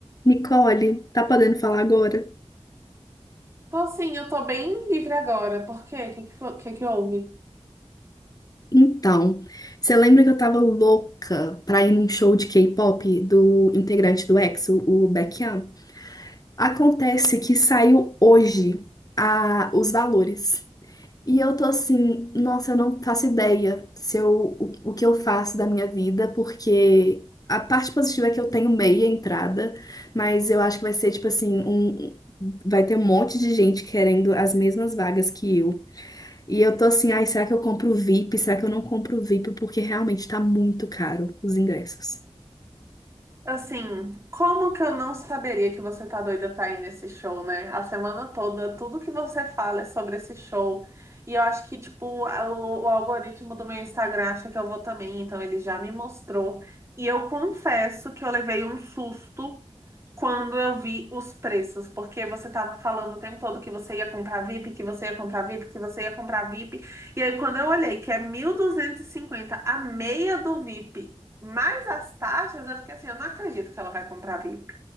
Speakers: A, on the left; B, on the right.
A: Nicole, tá podendo falar agora?
B: Tô sim, eu tô bem livre agora. Por quê? O que que, fo- que que houve?
A: Então, você lembra que eu tava louca pra ir num show de K-pop do integrante do EXO, o Baekhyun? Acontece que saiu hoje a, os valores. E eu tô assim, nossa, eu não faço ideia se eu, o, o que eu faço da minha vida, porque a parte positiva é que eu tenho meia entrada, mas eu acho que vai ser tipo assim, um, um, vai ter um monte de gente querendo as mesmas vagas que eu. E eu tô assim, ai, será que eu compro o VIP? Será que eu não compro o VIP? Porque realmente tá muito caro os ingressos.
B: Assim, como que eu não saberia que você tá doida pra ir nesse show, né? A semana toda, tudo que você fala é sobre esse show. E eu acho que, tipo, a- o, o algoritmo do meu Instagram acha que eu vou também, então ele já me mostrou. E eu confesso que eu levei um susto quando eu vi os preços, porque você estava falando o tempo todo que você ia comprar VIP, que você ia comprar VIP, que você ia comprar VIP. E aí, quando eu olhei que é 1.250 a meia do VIP, mais as taxas, eu fiquei assim, eu não acredito que ela vai comprar VIP.